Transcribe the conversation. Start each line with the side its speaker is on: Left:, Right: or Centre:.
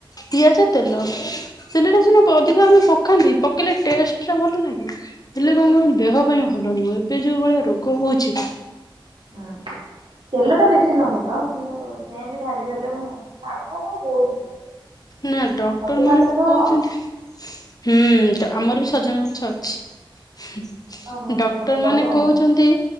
Left: ପିଆଜ ତେଲ। ତେଲଟା ସିନା ଦଧିକ ଆମେ ପକାନ୍ତି, ପକେଇଲେ ଟେଷ୍ଟ ଟା ଭଲ ଲାଗେ। ହେଲେ କଣ କହିଲ ଦେହ ପାଇଁ ଭଲ ନୁହଁ। ଏବେ ଯୋଉ ଭଳିଆ ରୋଗ ହଉଛି।
Right: ହୁଁ ତେଲଟା ବେସି ନ ପକାଅ। କିନ୍ତୁ, କେମତି ଭାଜିଦେଲେ, ଶାଗ ମୋର ବହୁତ ପ୍ରିୟ।
Left: ନା ଡକ୍ଟର
Right: ସଜନା
Left: ମାନେ
Right: ଶାଗ
Left: ବି କହୁଛନ୍ତି ହୁଁ, ଡ଼ ଆମର ବି ସଜନା ଗଛ ଅଛି। ହୁ ହ
Right: ଆଉ ମୋ ନାଗି
Left: ଡକ୍ଟର
Right: ପଠେଇଦବ
Left: ମାନେ
Right: ଆଉ।
Left: କହୁଛନ୍ତି